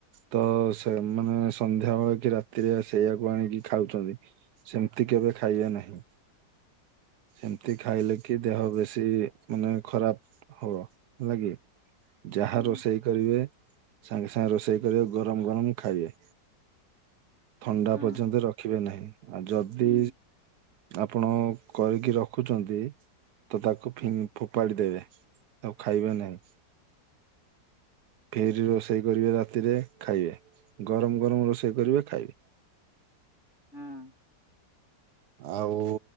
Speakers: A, on the right; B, on the left.
A: ତ ସେମାନେ ସନ୍ଧ୍ୟା ବେଳେ କି ରାତିରେ ସେଇଆକୁ ଆଣିକି ଖାଉଚନ୍ତି। ସେମିତି କେବେ ଖାଇବା ନାହିଁ। ସେମିତି ଖାଇଲେ କି ଦେହ ବେଶୀ ମାନେ ଖରାପ ହବ ହେଲା କି? ଯାହା
B: ହୁଁ
A: ରୋଷେଇ କରିବେ ସାଙ୍ଗେ ସାଙ୍ଗେ ରୋଷେଇ କରିବେ ଗରମ ଗରମ ଖାଇବେ ଥଣ୍ଡା
B: ହଁ
A: ପର୍ଯ୍ୟନ୍ତ ରଖିବେ ନାହିଁ ଆଉ ଯଦି
B: ହୁଁ
A: ଆପଣ କରିକି ରଖୁଛନ୍ତି ତ ତାକୁ ଫି ଫୋପାଡି ଦେବେ ଆଉ ଖାଇବେ ନାହିଁ
B: <inaudible>
A: ଫେରି ରୋଷେଇ କରିବେ ରାତିରେ ଖାଇବେ ଗରମ ଗରମ ରୋଷେଇ କରିବେ ଖାଇବେ
B: ହଁ
A: ଆଉ